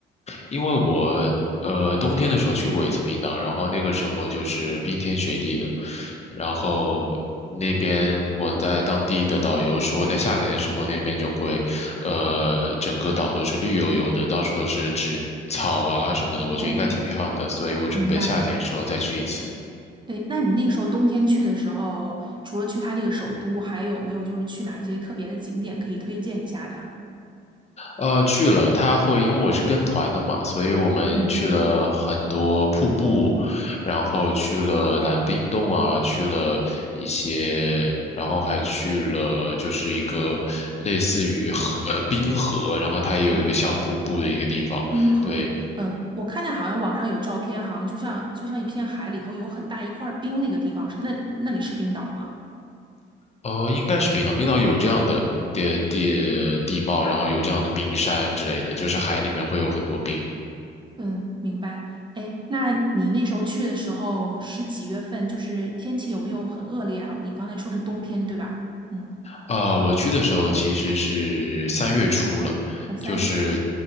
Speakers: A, on the left; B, on the right.
A: 因为我呃冬天的时候去过一次冰岛，然后那个时候就是冰天雪地的，然后那边我在当地的导游说，在夏天的时候那边就会，呃，整个岛都是绿油油的，到处都是植草啊什么的，
B: 哦，
A: 我觉得应该挺漂亮的，所以我准备夏天的时候再去一次。
B: 明白。诶，那你那时候冬天去的时候，除了去它那个首都，还有没有就是去哪一些特别的景点可以推荐一下的？
A: 呃，去了，他会，因为我是跟团的嘛，所以我们去了很多瀑布，
B: 嗯，
A: 然后去了蓝冰洞啊，去了一些，然后还去了就是一个类似于河，呃，冰河，然后它也有一个小瀑布的一个地方，
B: 哦，冰河。
A: 对，
B: 嗯，我看见好像网上有照片，好像就像就像一片海里头有很大一块冰那个地方，是那那里是冰岛吗？
A: 呃，应该是冰岛，冰岛有这样的地地地貌，然后有这样的冰山之类的，就是海里面会有很多冰。
B: 嗯，明白。哎，那你那时候去的时候是几月份？就是天气有没有很恶劣啊？你刚才说是冬天，对吧？嗯，
A: 啊、我去的时候其实是三月初了，
B: 哦，三月初。
A: 就是